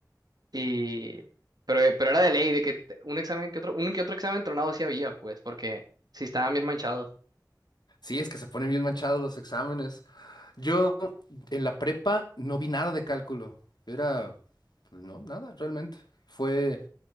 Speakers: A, on the right; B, on the left.
A: Y, pero, eh, pero era de ley, de que te- un examen que otro, un que otro examen tronado sí había, pues, porque sí estaban bien manchados.
B: Sí, es que se ponen bien manchados los exámenes. Yo en la prepa no vi nada de cálculo. Era, pues no, nada realmente. Fue